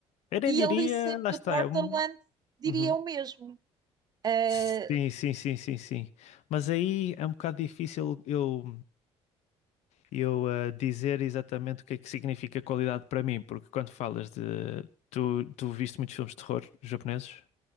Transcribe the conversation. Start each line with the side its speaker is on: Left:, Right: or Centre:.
Left: Eu nem
Right: e
Left: diria,
Right: Alice in
Left: lá
Right: the
Left: está.
Right: Borderland
Left: É um...
Right: diria
Left: uhum.
Right: o mesmo. Eh,
Left: Sim, sim, sim, sim, sim. Mas aí é um bocado difícil eu, eu eh, dizer exatamente o que é que significa qualidade para mim, porque quando falas de. Tu, tu viste muitos filmes de terror japoneses?